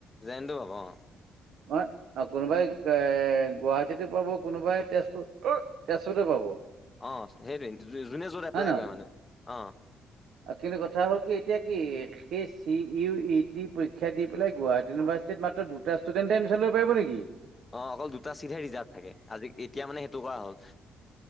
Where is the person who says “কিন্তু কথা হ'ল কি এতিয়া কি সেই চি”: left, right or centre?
Right